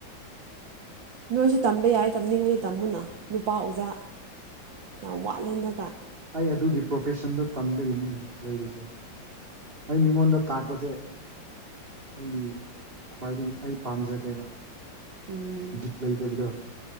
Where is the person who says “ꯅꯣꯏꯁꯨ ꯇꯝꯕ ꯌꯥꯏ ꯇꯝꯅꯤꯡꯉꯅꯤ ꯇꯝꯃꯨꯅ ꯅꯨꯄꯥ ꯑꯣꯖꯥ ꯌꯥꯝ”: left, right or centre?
Right